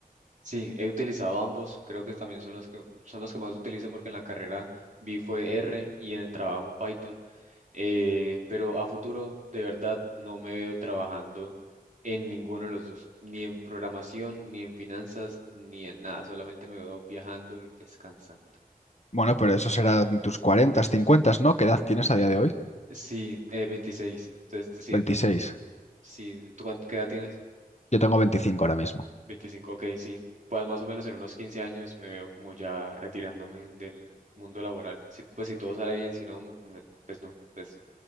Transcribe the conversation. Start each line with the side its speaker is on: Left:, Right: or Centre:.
Right: sí, he utilizado ambos, creo que también son los que son los que más utilizo porque en la carrera vi fue R y en el trabajo Python Eh, pero a futuro, de verdad, no me veo trabajando en ninguno de los dos, ni en programación, ni en finanzas, ni en nada. Solamente me veo viajando y descansando.
Left: Bueno, pero eso será en tus 40, 50, ¿no? ¿Qué edad tienes a día de hoy?
Right: Sí, eh, 26. Entonces, sí,
Left: 26.
Right: de pronto, sí. ¿Tú cuánto, qué edad tienes?
Left: Yo tengo 25 ahora mismo.
Right: veinticinco Ok, sí. Pues más o menos en unos 15 años me veo como ya retirándome del mundo laboral. Sí, pues si todo sale bien, si no, pues, me- pues no, pues